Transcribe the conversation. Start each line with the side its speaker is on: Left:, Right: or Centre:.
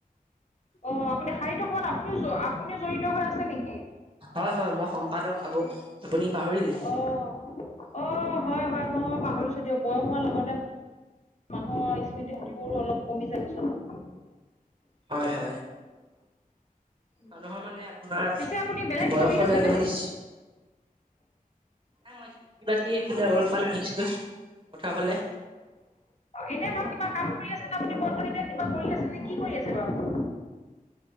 Left: অ' আপুনি সাহিত্যসভাত আপুনিও, আপুনিও জড়িত হৈ আছে নেকি??
Right: হয়। হয়। মই সম্পাদক আকৌ, আপুনি পাহৰিলে ৰি
Left: অ, অ', হয়। হয়। মই পাহৰিছোঁ দিয়ক, বয়স হোৱাৰ লগতে মানুহৰ স্মৃতি শক্তিবোৰো অলপ কমি জাই চোৱাছোন।
Right: হয়। হয়। মানুহৰ মানে তোমাৰ,
Left: পিছে আপুনি বেলেগ কিবা
Right: বয়সলৈকে
Left: কৰি আছেনে
Right: মানে <unintelligible> নাই মই কিবাতিফালে অলপমান আহিছলো। পথাৰৰ ফালে
Left: এনে ধৰ কিবা কাম আছে ন', আপুনি বৰ্তন এতিয়া কিবা কৰি আছেনে কি কৰি আছে বাৰু?